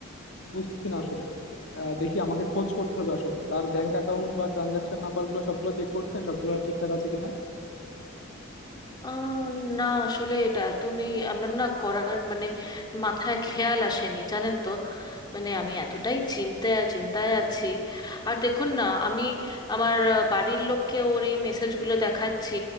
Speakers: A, on the left; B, on the left.
A: বুঝতেছি না আসলে আহ, দেখি আমাকে খোঁজ করতে হবে আসলে তার ব্যাংক অ্যাকাউন্ট বা ট্রানজাকশন নাম্বার গুলো সবগুলো চেক করছেন সবগুলো ঠিকঠাক আছে কিনা
B: আহ, না আসলে এটা তুমি আমার না করার মানে মাথায় খেয়াল আসেনি জানেন তো মানে আমি এতটাই চিন্তায় চিন্তায় আছি আর দেখুন না আমি আমার আহ, বাড়ির লোককে ওর এই মেসেজগুলো দেখাচ্ছি